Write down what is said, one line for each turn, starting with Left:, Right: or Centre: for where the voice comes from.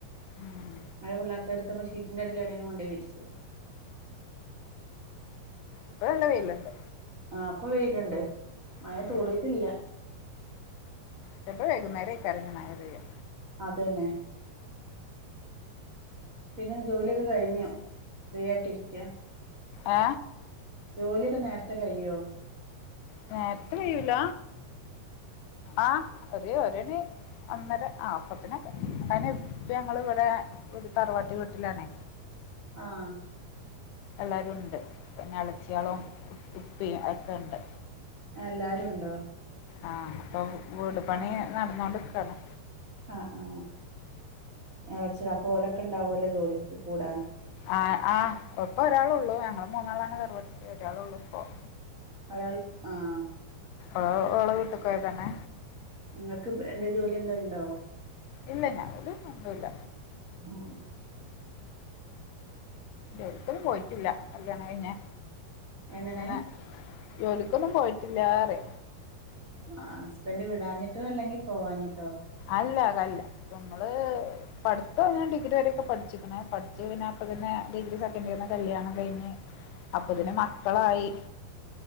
Left: ഉം
Right: അയല് കൊള്ളാതോട്ത്ത് നമ്മള് ഷീറ്റിന്റെ അടിയിലൊടെങ്കിലും കൊണ്ടേയി വിരിച്ചിടും
Left: ഇപ്പ നല്ല വെയിലുണ്ട്
Right: ആഹ ഇപ്പ വെയില്ണ്ട് മഴ
Left: ഉം
Right: തൂളിയിട്ടില്ല
Left: ചെലപ്പം വൈകുന്നേരെക്കാരം മഴ പെയ്യാ
Right: അതന്നെ പിന്നെ ജോലിയൊക്കെ കഴിഞ്ഞു ഫ്രീ ആയിട്ട് രിക്കാ
Left: ഏ
Right: ജോലിയൊക്കെ നേരത്തെ കയ്യോ
Left: നേരത്തെ കയ്യൂല ആ ഒര് ഒരണി ഒന്നര ആ അപ്പത്തിനൊക്കെ അയിന് ഇപ്പ ഞങ്ങള് വടെ തറവാട്ട് വീട്ടിലാണ്
Right: ആഹ
Left: ല്ലാരുണ്ട് പിന്നെ എളച്ചേള്ളും ഉപ്പി ഒക്കെ ഇണ്ട്
Right: എല്ലാരും ഉണ്ടോ
Left: ആഹ അപ്പൊ വീട് പണി നടന്നോണ്ട്ക്കാണ്
Right: ആആ എളച്ചി അപോലൊക്കെ ഇണ്ടാവല്ലോ ജോലിക്ക് കൂടു
Left: ആ ആ ഇപ്പൊ ഒരാളൊള്ളൂ ഞങ്ങള് മൂന്നാളാണ് തറപട്ടില് ഒരാളൊള്ളു ഇപ്പം
Right: ഒരാൾ ആഹ
Left: ഓ ഓള് വീട്ട്കോയതാണ്
Right: നിങ്ങൾക്ക് എന്തേ ജോലി എന്തേ ഇണ്ടോ
Left: ഇല്ല ഞങ്ങൾ ത് ഒന്നുല്ല
Right: ആഹ്
Left: എവ്ടുത്തും പോയിട്ടില്ല കല്യാണം കഴിഞ്ഞേ
Right: എങ്ങനെ
Left: ഇങ്ങനെ ജോലിക്കൊന്നും പോയിട്ടില്ലാറെ
Right: ആഹ് ഹസ്ബൻഡ് വിടാഞ്ഞിട്ടോ അല്ലെങ്കിൽ പോവാഞ്ഞിട്ടോ
Left: അല്ല കല്ലാ പ്പൊ മ്മള് പഠിത്തം ഞാൻ ഡിഗ്രി വരെയൊക്കെ പഠിച്ചിക്ക്ണ് പഠിച്ച് പിന്ന അപ്പം പിന്നെ ഡിഗ്രി സെക്കന്റിയറിന് കല്യാണം കഴിഞ്ഞ് അപ്പൊത്തിന്
Right: ആഹ്
Left: മക്കളായി